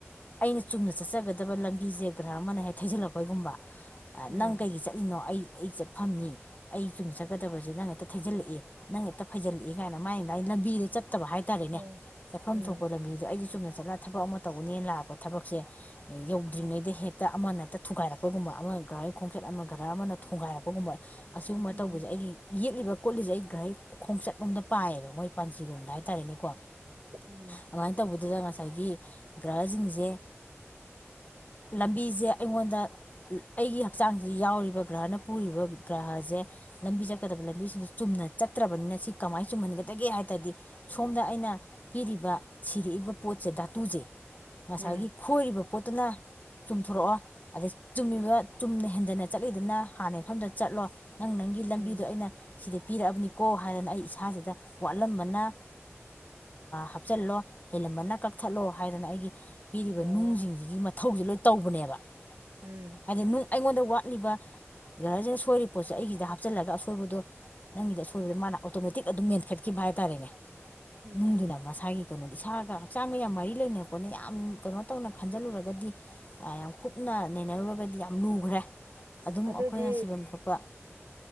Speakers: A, on the left; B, on the right.
A: ꯑꯩꯅ ꯆꯨꯝꯅ ꯆꯠꯆꯒꯗꯕ ꯂꯝꯕꯤꯁꯦ ꯒ꯭ꯔꯥ ꯑꯃꯅ ꯍꯦꯛ ꯊꯩꯖꯜꯂꯛꯄꯒꯨꯝꯕ
B: ꯎꯝ
A: ꯅꯪ ꯀꯩꯒꯤ ꯆꯠꯂꯤꯅꯣ ꯑꯩ ꯑꯩ ꯆꯠꯐꯝꯅꯤ ꯑꯩ ꯆꯨꯝ ꯆꯠꯀꯗꯕꯁꯦ ꯅꯪ ꯍꯦꯛꯇ ꯊꯩꯖꯤꯜꯂꯛꯑꯦ ꯅꯪ ꯍꯦꯛꯇ ꯐꯩꯜꯂꯛꯏ ꯀꯥꯏꯅ ꯃꯥꯏꯅ ꯑꯩ ꯂꯝꯕꯤꯗ ꯆꯠ ꯐꯠꯇꯕ ꯍꯥꯏꯇꯥꯔꯦꯅꯦ
B: ꯑꯣ
A: ꯆꯠꯐꯝ
B: ꯎꯝ
A: ꯊꯣꯛꯄ ꯂꯝꯕꯤꯗꯣ ꯑꯩ ꯆꯨꯝꯅ ꯆꯠꯂꯒ ꯊꯕꯛ ꯑꯃ ꯇꯧꯕꯅꯦꯅ ꯂꯥꯛꯄ ꯊꯕꯛꯁꯦ ꯌꯧꯗ꯭ꯔꯤꯉꯩꯗ ꯍꯦꯛꯇ ꯑꯃꯅ ꯍꯦꯛꯇ ꯊꯨꯒꯥꯏꯔꯛꯄꯒꯨꯝꯕ ꯑꯃ ꯒ꯭ꯔꯥꯒꯤ ꯈꯣꯡꯆꯠ ꯑꯃ ꯒꯔ ꯑꯃꯅ ꯊꯣꯡꯒꯥꯏꯔꯛꯄꯒꯨꯝꯕ ꯑꯁꯤꯒꯨꯝꯕ
B: ꯎꯝ ꯎꯝ
A: ꯇꯧꯕꯁꯦ ꯑꯩꯒꯤ ꯌꯦꯛꯂꯤꯕ ꯈꯣꯠꯂꯤꯁꯦ ꯑꯩ ꯒ꯭ꯔꯩ ꯈꯣꯡꯆꯠꯂꯣꯝꯗ ꯄꯥꯏꯌꯦꯕ ꯃꯣꯏ ꯄꯥꯟꯖꯤꯔꯣꯡꯗ ꯍꯥꯏꯇꯥꯔꯦ ꯅꯦꯀꯣ
B: ꯎꯝ
A: ꯑꯗꯨꯃꯥꯏꯅ ꯇꯧꯕꯗ ꯑꯗꯨꯗ ꯉꯁꯥꯏꯒꯤ ꯒ꯭ꯔꯍꯁꯤꯡꯁꯦ ꯂꯝꯕꯤꯁꯦ ꯑꯩꯉꯣꯟꯗ ꯑꯩꯒꯤ ꯍꯛꯆꯥꯡꯁꯤ ꯌꯥꯎꯔꯤꯕ ꯒ꯭ꯔꯍꯅ ꯄꯨꯔꯤꯕ ꯒ꯭ꯔꯍꯁꯦ ꯂ ꯂꯝꯕꯤ ꯆꯖ ꯀꯗ ꯂ ꯂꯝꯕꯤ ꯁꯤ ꯆꯨꯝꯅ ꯆꯠꯇ꯭ꯔꯕꯅꯤꯅ ꯁꯤ ꯀꯃꯥꯏꯅ ꯆꯨꯝꯍꯟꯒꯗꯒꯦ ꯍꯥꯏꯕꯗꯤ ꯁꯣꯝꯗ ꯑꯩꯅ ꯄꯤꯔꯤꯕ ꯁꯤꯔꯤ ꯂꯏꯕ ꯄꯣꯠꯁꯦ ꯙꯇꯨꯁꯦ ꯉꯁꯥꯏꯒꯤ
B: ꯎꯝ
A: ꯈꯣꯏꯔꯤꯕ ꯄꯣꯠꯇꯨꯅ ꯆꯨꯝꯊꯣꯔꯛꯑꯣ ꯑꯗꯩ ꯆꯨꯝꯃꯤꯕ ꯆꯨꯝꯅ ꯍꯦꯟꯗꯅ ꯆꯠꯂꯤꯗꯅ ꯍꯥꯟꯅ ꯃꯐꯝꯗ ꯆꯠꯂꯣ ꯅꯪ ꯅꯪꯒꯤ ꯂꯝꯕꯤꯗꯣ
B: ꯎꯝ
A: ꯑꯩꯅ ꯁꯤꯗ ꯄꯤꯔꯛꯑꯕꯅꯤꯀꯣ ꯍꯥꯏꯗꯅ ꯑꯩ ꯏꯁꯥꯁꯤꯗ ꯋꯥꯠꯂꯝꯕꯅ ꯍꯥꯞꯆꯤꯜꯂꯣ ꯍꯦꯜꯂꯝꯃꯟꯅ ꯀꯛꯊꯠꯂꯣ ꯍꯥꯏꯗꯅ ꯑꯩꯒꯤ ꯄꯤꯔꯤꯕ
B: ꯑꯣ
A: ꯅꯨꯡꯁꯤꯡꯁꯤꯒꯤ ꯃꯊꯧꯁꯤ ꯂꯣꯏ ꯇꯧꯕꯅꯦꯕ
B: ꯎꯝ
A: ꯍꯥꯏꯗꯤ ꯅꯨꯡ ꯑꯩꯉꯣꯟꯗ ꯋꯥ ꯊꯛꯂꯤꯕ ꯒꯔꯁꯤꯅ ꯁꯣꯏꯔꯤꯕ ꯄꯣꯠꯁꯦ ꯑꯩꯒꯤꯗ ꯍꯥꯞꯆꯤꯜꯂꯒ ꯑꯁꯣꯏꯕꯗꯣ ꯅꯪꯒꯤꯗꯤ ꯑꯁꯣꯏꯕꯗ ꯃꯥꯅ ꯑꯣꯇꯣꯃꯦꯇꯤꯛ ꯑꯗꯨꯝ ꯃꯦꯟꯈꯠꯈꯤꯕ ꯍꯥꯏꯇꯥꯥꯔꯦꯅꯦ
B: ꯎꯝ
A: ꯅꯗꯨꯅꯃ ꯁꯒꯤ ꯀꯅꯣꯗꯤ ꯁ ꯍꯛꯆꯥꯡꯒ ꯌꯥꯝ ꯃꯔꯤ ꯂꯩꯅꯔꯛꯄꯅꯦ ꯌꯥꯝ ꯀꯩꯅꯣ ꯇꯧꯅ ꯈꯟꯖꯤꯜꯂꯨꯔꯒꯗꯤ ꯌꯥꯝ ꯀꯨꯞꯅ ꯅꯩꯅꯔꯨ ꯒꯗꯤ ꯌꯥꯝ ꯂꯨꯈ꯭ꯔꯦ ꯑꯗꯨꯝ
B: ꯑꯗꯨꯗꯤ
A: ꯑꯩꯈꯣꯏꯅ ꯁꯤꯐꯝ ꯈꯣꯠꯄ